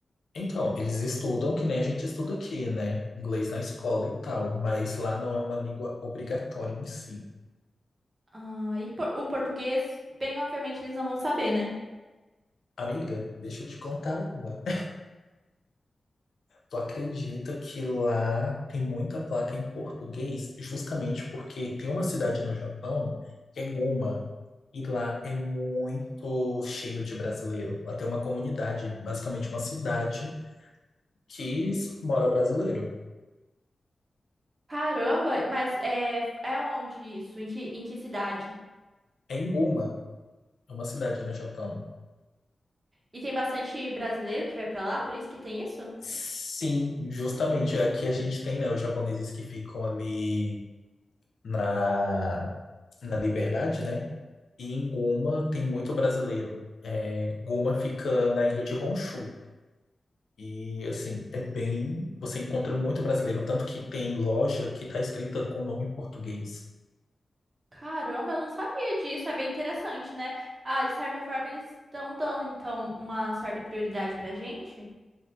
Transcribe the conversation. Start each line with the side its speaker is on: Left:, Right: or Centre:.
Left: Então, eles estudam que nem a gente estuda aqui, né? Inglês na escola e tal, mas lá não é uma língua obrigatória em si.
Right: Ah, e por- o português, bem obviamente eles não vão saber, né?
Left: Amiga, deixa eu te contar uma. Tu acredita que lá tem muita placa em português, justamente porque tem uma cidade no Japão que é Guma, e lá é muito cheio de brasileiro. Lá tem uma comunidade, basicamente uma cidade que só mora brasileiro.
Right: Caramba, mas é é onde isso? Em que em que cidade?
Left: É em Guma, é uma cidade no Japão.
Right: E tem bastante brasileiro que vai pra lá, por isso que tem isso?
Left: Sim, justamente aqui a gente tem, né, os japoneses que ficam ali na na Liberdade, né? E em Guma tem muito brasileiro. É, Guma fica na ilha de Honshu. E assim, é bem. Você encontra muito brasileiro, tanto que tem loja que tá escrita com nome em português.
Right: Caramba, eu não sabia disso, é bem interessante, né? Ah, de certa forma eles estão dando então uma certa prioridade pra gente.